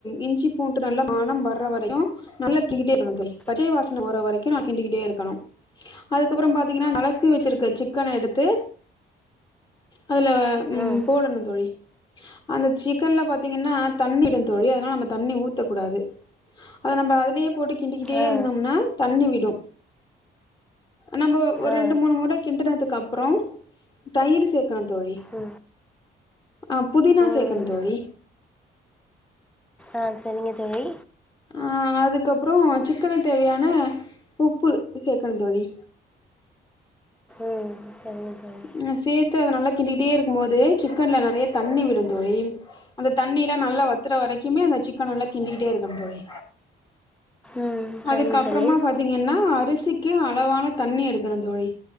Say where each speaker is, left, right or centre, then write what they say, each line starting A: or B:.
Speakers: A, on the left; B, in the centre.
A: இஞ்சி பூண்டு நல்லா மணம் வர்ற வரைக்கும் நல்லா கிண்டிடே இருக்கணு தோழி
B: ம்
A: பச்சை வாசனை போற வரைக்கு நா கிண்டிகிட்டே இருக்கணு அதுக்கப்றோ பாத்தீங்கன்னா அலசி வச்சிருக்க சிக்கன எடுத்து அதுல
B: ம் ம்
A: போடணு தோழி அந்த சிக்கன்ல பாத்தீ பாத்தீங்கன்னா தண்ணி விடு தோழி அதனால தண்ணி ஊத்தக்கூடாது அத நம்ப அதலே போட்டு கிண்டிகிட்டே
B: ஆ
A: இருந்தோம்னா தண்ணி விடு நம்ப ஒரு
B: ஆ
A: ரெண்டு மூணு முற கிட்டுனதுக்கு அப்றோ தயிர் சேக்கணு தோழி
B: ம்
A: ஆ புதினா
B: ம்
A: சேக்கணு தோழி
B: ஆ செரிங்க தோழி
A: ஆ அதுக்கப்பறோ சிக்கன தேவ்யான உப்பு சேக்கனு தோழி
B: ம் சரிங்க தோழி
A: ம் சேத்து அத நல்ல கிண்டிட்டே இருக்கும்போது சிக்கன்ல நறைய தண்ணி விடும் தோழி அந்த தண்ணில்லா நல்லா வத்துற வரக்குமே அந்த சிக்கன் நல்லா கிண்டிட்டே இருக்கணு தோழி
B: ம் சரிங்க
A: அதுக்கப்புறமா
B: தோழி
A: பாத்தீங்கன்னா அரிசிக்கும் அளவான தண்ணி எடுக்கணு தோழி